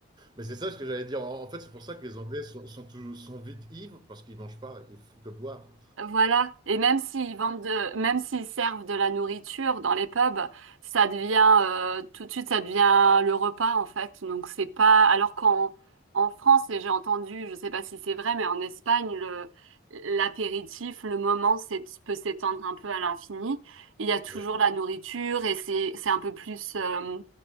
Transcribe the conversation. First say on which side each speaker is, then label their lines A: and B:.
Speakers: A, on the right; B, on the right.
A: Mais c'est ça ce que j'allais dire. En, en fait, c'est pour ça que les Anglais sont, sont, tous- sont vite ivres parce qu'ils mangent pas, ils font que boire.
B: Voilà. Et même s'ils vendent de, même s'ils servent de la nourriture dans les pubs, ça devient, euh, tout de suite, ça devient le repas, en fait. Donc, c'est pas, alors qu'en, en France, et j'ai entendu, je sais pas si c'est vrai, mais en Espagne, le, l'apéritif, le moment, c'est, peut s'étendre un peu à l'infini. Il y a toujours
A: Oui,
B: la nourriture et c'est, c'est un peu plus, euh,